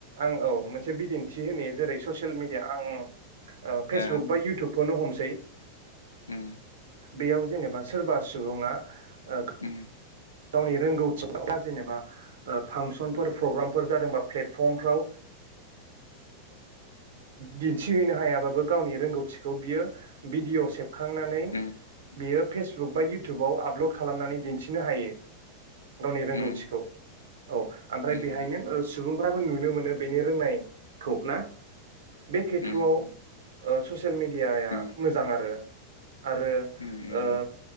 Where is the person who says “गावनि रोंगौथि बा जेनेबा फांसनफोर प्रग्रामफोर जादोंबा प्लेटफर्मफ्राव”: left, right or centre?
Right